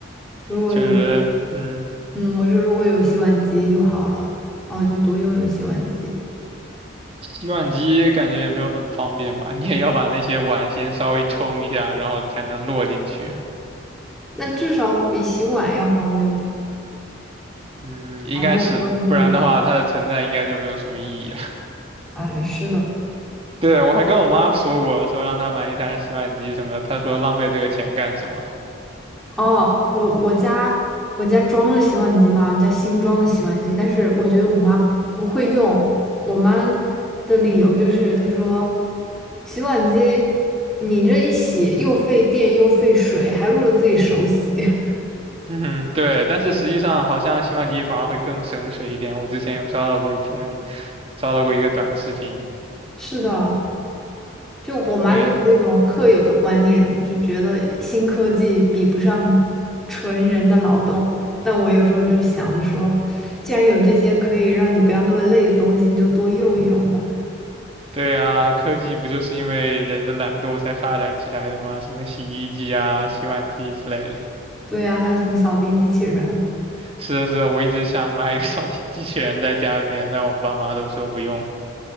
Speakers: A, in the centre; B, on the right.
A: 如果有，
B: 确实，嗯，
A: 嗯，我说如果有洗碗机就好了，然后就多用用洗碗机，
B: 洗碗机感觉也没有很方便吧，你也要把那些碗先稍微冲一下，然后才能落进去。
A: 那至少比洗碗要方便吧。
B: 嗯，应该是，
A: 哎，我我也不知道。
B: 不然的话，它的存在应该就没有什么意义了。
A: 哎，是的。
B: <laughs> 对，我还跟我妈说过，说让她买一台洗碗机什么的她说浪费这个钱干什么？
A: 哦，我我家我家装了洗碗机嘛，家新装的洗碗机，但是我觉得我妈不会用。我妈的理由就是她说，洗碗机你这一洗又费电又费水，还不如自己手洗。<laughs>
B: <laughs> 嗯，对，但是实际上好像洗碗机反而会更省水一点。我之前有刷到过一篇，刷到过一个短视频。
A: 是的，就我妈就有那种刻有的观念，
B: 对，
A: 就觉得新科技比不上纯人的劳动。但我有时候就想着说，既然有这些可以让你不要那么累的东西，你就多用一用吧。
B: 对啊，科技不就是因为人的懒惰才发展起来的吗？什么洗衣机啊、洗碗机之类的。
A: 对呀、还有什么扫地机器人？
B: 是的是的，我一直想买一个扫地机器人在家里面，但我爸妈都说不用。